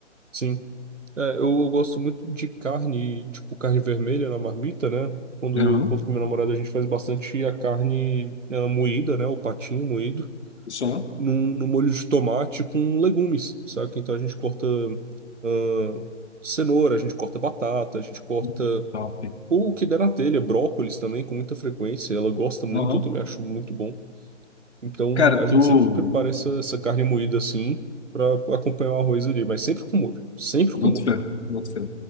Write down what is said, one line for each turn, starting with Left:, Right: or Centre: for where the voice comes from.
Right: Sim. É, eu, eu gosto muito de carne, tipo carne vermelha na marmita, né? Quando
Left: Aham,
Right: eu encontro com minha namorada, a gente faz bastante a carne eh, moída, né? O patinho moído,
Left: Só.
Right: num, num molho de tomate com legumes, saca? Então a gente corta ah, cenoura, a gente corta batata, a gente corta
Left: Hum, Top.
Right: o que der na telha, brócolis também, com muita frequência. Ela gosta muito,
Left: Aham.
Right: eu também acho muito bom. Então
Left: Cara,
Right: a
Left: tu.
Right: gente sempre prepara essa, essa carne moída assim, pra acompanhar o arroz ali, mas sempre com molho, sempre
Left: Boto
Right: com molho.
Left: fé, boto fé.